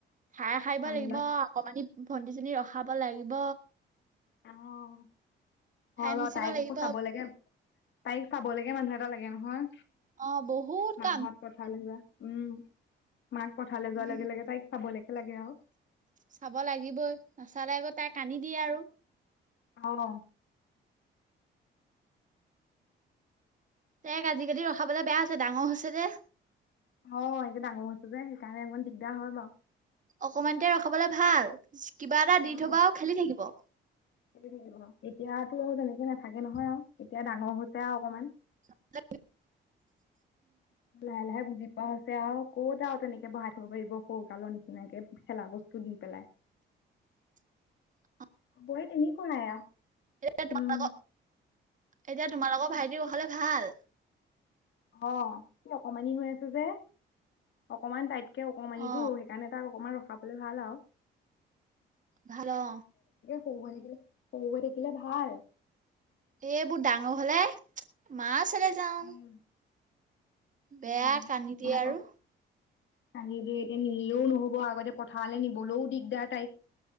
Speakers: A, on the right; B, on the left.
A: ঠাই হ'ব
B: কামিলা
A: লাগিব, অকমানি ভন্টি জনী ৰখাব লাগিব।
B: অ' অ' হয়
A: ঠাই
B: বাৰু।
A: মচিব
B: তাইক
A: লাগিব
B: একো চাব লেকে তাইক চাবলেকে মানুহ এটা লাগে নহয়।
A: অ বহুত
B: মা
A: কাম
B: হত পথাৰলৈ যোৱা। উম। মাক পথাৰলৈ যোৱাৰ
A: উম
B: লগে লগে তাইক চাবলেকে লাগে আৰু।
A: চাব লাগিবই, নাচালে আকৌ তাই কান্দি দিয়ে আৰু।
B: অ'।
A: তাইক আজিকালি ৰখাবলে বেয়া হৈছে। ডাঙৰ হৈছে যে।
B: অ' এইটো ডাঙৰ হৈছো যে সেইকাৰণে অকমান দিগদাৰ হয় বাৰু।
A: অকমানিতে ৰখাবলে ভাল। কিবা এটা
B: উম
A: দি থবাও খেলি থাকিব।
B: খেলি থাকিব। এতিয়াতো তেনেকে নাথাকে নহয় আও এতিয়া ডাঙৰ হৈছে আও অকমান।
A: <unintelligible>
B: লাহে লাহে বুজি পোৱা হৈছে আও ক'ত আও তেনেকে বহাই থব পাইব সৰুকালৰ নিচিনাকে খেলা বস্তু দি পেলাই।
A: <unintelligible>
B: বহেতহি কৰাই আৱ।
A: এতিয়া তোমালোকৰ
B: উম।
A: এতিয়া তোমালোকৰ ভাইটিৰ কুশলে ভাল?
B: অ' সি অকমানি হৈ আছে যে। অকমান তাইত কে অকণমানিতো
A: অ
B: সেইকাণে তাক অকমান ৰখাবলে ভাল আও।
A: ভাল অ'।
B: সৰু হৈ থাকিলে, সৰু থাকিলে ভাল।
A: এবো ডাঙ হলে, মা চলে যাও।
B: উম
A: বেয়া
B: অ',
A: কান্দি দিয়ে
B: মাকক
A: আৰু
B: কান্দি দিয়ে এতিয়া নিনিলেও নহ'ব। আগতে পথাৰলে নিবলেও দিগদাৰ তাইক।